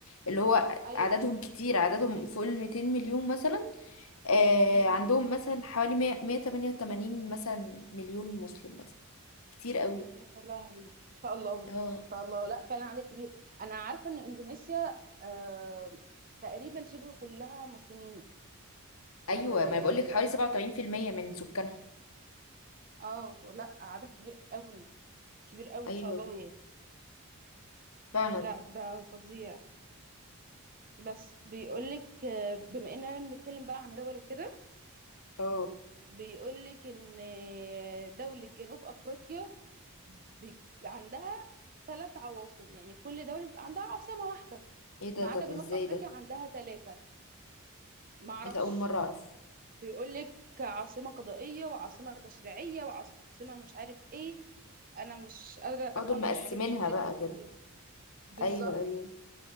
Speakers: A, on the left (about 65°); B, on the right (about 40°).
A: اللي هو
B: ايوه
A: عددهم كتير عددهم فوق ال 200 مليون مثلا آه
B: امم
A: عندهم مثلا حوالي 100 188 مثلا مليون مسلم مثلا كتير قوي
B: يا لهوي ان شاء الله ان
A: اه
B: شاء الله لا فعلا عليك كبير انا عارفه ان اندونيسيا آه تقريبا شبه كلها مسلمين
A: ايوه
B: اه
A: ما انا بقول لك حوالي 87% من سكانها
B: آه، لا عدد كبير قوي كبير قوي
A: ايوه
B: ما شاء الله يعني
A: فعلا
B: لا ده فظيع بس بيقولك آه، بما اننا بنتكلم بقى عن دول وكده
A: اه
B: بيقولك ان آه، دولة جنوب افريقيا بي- عندها ثلاث عواصم يعني كل دولة بيبقى عندها عاصمة واحدة
A: ايه ده
B: ما
A: طب
B: عدا جنوب
A: ازاي
B: أفريقيا
A: ده
B: عندها ثلاثة ما أعرفش
A: ايه ده اول مره اعرف
B: بيقول لك عاصمة قضائية وعاصمة تشريعية وعاصمة مش عارف إيه أنا مش قادرة
A: اه
B: أفهم
A: دول مقسمينها
B: في الحاجات السياسية
A: بقى
B: بتاعتهم
A: كده
B: دي بالظبط
A: ايوه ايوه